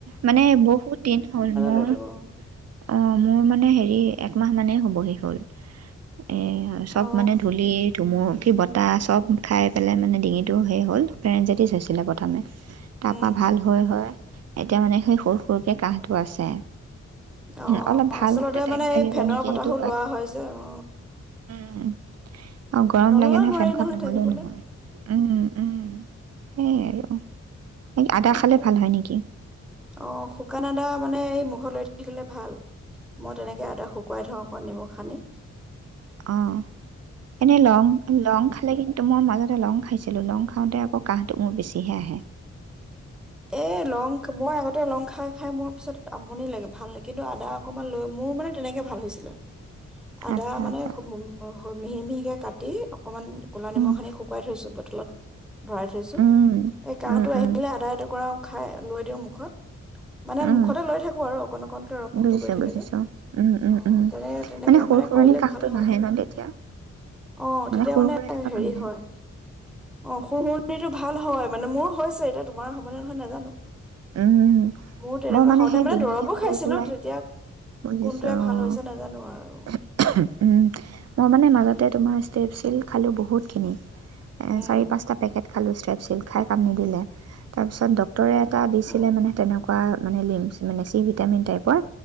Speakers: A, on the right; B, in the centre.
A: মানে বহুত দিন হ'ল মোৰ
B: লৈ থাকো
A: অ মোৰ মানে হেৰি এই একমাহ মানে হ'ব শেষ হ'ল এ চব
B: অ
A: মানে ধূলি ধুমুি বতাহ চব খাই পেলাই মানে ডিঙিটো সেই হ'ল পেৰেনজেটিছ হৈছিলে প্ৰথমে তাৰ
B: উম
A: পৰা ভাল হয় হয় এতিয়া মানে সেই সৰু সৰুকে কাহটো আছে
B: অ
A: অলপ ভাল
B: আচলতে
A: হওঁতে টাইম
B: মানে
A: লাগিব
B: এই ফেনৰ
A: নেকি
B: বতাহো
A: সেইটো
B: লোৱা হয় যে অ
A: উ আৰু গৰম
B: নললেও
A: লাগে নহয়
B: নোৱাৰি
A: ফেনখন নহলেও
B: থাকিবলৈ
A: নহয় উম উম সেই আৰু ন আদা
B: তাকে
A: খালে ভাল হয় নেকি
B: অ শুকান আদা মানে এই মুখত লৈ থাকে ভাল মই তেনেকে এটা শুকুৱাই থওঁ আককল নিমখ খানি <unintelligible>
A: অ এনে লং লং খালে কিন্ত মই মাজতে লং খাইছিলো লং খাওঁতে আকৌ কাহটো মোৰ বেছিহে আহে
B: এ লং মই আগতে লং খাই খাই মোৰ তাৰপিছত আমনি লাগে ভালে কিন্তু আদা অকণমান লৈ মোৰ মানে তেনেকে ভাল হৈছিলে আদা
A: আচ্ছা
B: মানে
A: আচ্ছা
B: উ মিহি মিহিকে কাটি অকমান কলা নিমখি
A: উম,
B: সানি শুকুৱাই থইছো তলত ভৰাই থৈছো
A: উম,
B: এই কাহটো
A: উম,
B: আহিলে
A: উম।
B: আধা এ কুকুৰাও খাই লৈ দিওঁ মুখত মানে
A: উম,
B: মুখতে লৈ থাকো আৰু অকণ অকনকে ৰসটো
A: বুজিছো
B: গৈ থাকে
A: বুজিছো।
B: যে
A: উম, উম,
B: অ
A: উম,
B: তেনে তেনেকে
A: সৰু
B: মানে
A: সুৰণি
B: কৰিলে
A: কাহটো
B: ভাল হয়
A: নাহে ন তেতিয়া?
B: অ তেতিয়া
A: সৰু
B: মানে
A: সুৰাই থকাটো
B: হেৰি
A: নাহে?
B: হয় অ সুৰ সুৰিটো ভাল হয় মানে মোৰ হৈছে এতিয়া তোমাৰ হবানে নহয় নাজানো
A: উম
B: মোৰ তেনেকুৱা
A: মই মানে
B: হওঁতে
A: সেই ডিঙি
B: দৰৱো
A: সুৰ
B: খাইছিলো
A: সুৰাই
B: তেতিয়া
A: বুজিছো
B: কোনটোৱে ভাল
A: ছ
B: হৈছে নাজানো আৰু
A: উম মই মানে মাজত তাতে তোমাৰ ষ্টেপছিল খালোঁ বহুতখিনি এ
B: উম
A: চাৰি পাঁচটা পেকেট খালোঁ ষ্ট্ৰেপচিল খাই কাম নিদিলে তাৰপিছত ডক্টৰে এটা দিছিলে
B: উম
A: মানে তেনেকুৱা তৰা পৰা মানে লিমছ মানে চি ভিটামিন টাইপৰ